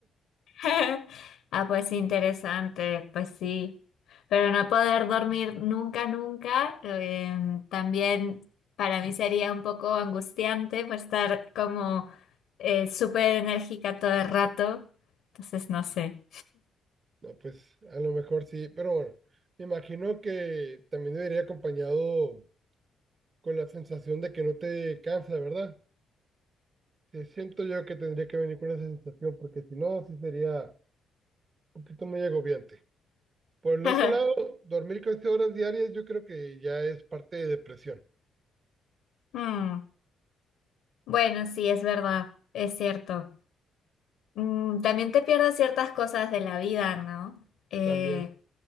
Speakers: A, on the left; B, on the right.
A: <laughs> Ah, pues interesante, pues sí. Pero no poder dormir nunca, nunca, em, también para mí sería un poco angustiante pues estar como eh, súper enérgica todo el rato. Entonces, no sé.
B: No, pues a lo mejor sí, pero bueno, me imagino que también debería acompañado con la sensación de que no te cansa, ¿verdad? Sí, siento yo que tendría que venir con esa sensación porque si no, sí sería un poquito muy agobiante. Por el
A: <laughs>
B: otro lado, dormir 15 horas diarias yo creo que ya es parte de depresión
A: Mm. Bueno, sí, es verdad, es cierto. Mm, también te pierdes ciertas cosas de la vida, ¿no? Eh,
B: también.